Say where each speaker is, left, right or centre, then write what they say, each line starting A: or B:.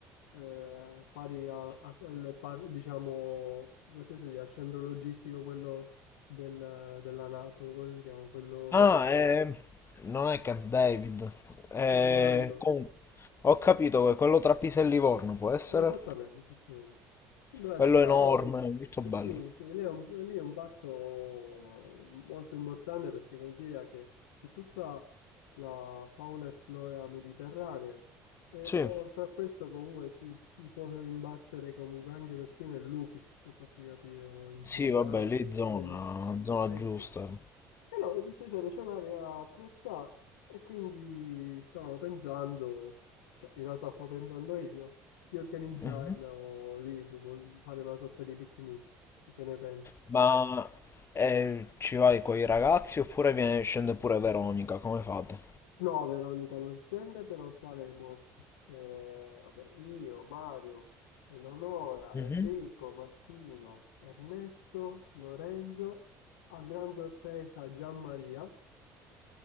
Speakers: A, on the left; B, on the left.
A: eh, pari a- a- al, par- diciamo, come ti posso dire, al centro logistico, quello del- della NATO, come si chiama? Quello
B: Ah,
A: che sta,
B: eh, non è Camp David. Eh,
A: non me lo ricordo.
B: con- Ho capito che quello tra Pisa e Livorno può essere.
A: Esattamente, esattamente. In pratica,
B: Quello enorme, molto bello.
A: sì, sì, lì è un, lì è un parco molto importante perché considera che c'è tutta la fauna e flora mediterranea e,
B: Sì,
A: e oltre a questo comunque ci si può imbattere comunque anche persino in lupi, per farti capire, o in
B: sì,
A: cinghiali,
B: vabbè, lì zona,
A: bellissimo.
B: zona
A: Eh
B: giusta.
A: sì, e no, e ti sto dicendo, c'è un'area attrezzata e quindi stavamo pensando, cioè in realtà stavo pensando io, di organizzarlo
B: Mhm.
A: lì, proprio fare una sorta di picnic. E Che ne pensi?
B: Ma eh, ci vai con i ragazzi oppure viene- scende pure Veronica? Come fate?
A: No, Veronica non scende, però saremo eh, vabbè, io, Mario, Eleonora,
B: Mhm.
A: Enrico, Martino, Ernesto, Lorenzo, a gran sorpresa Gianmaria.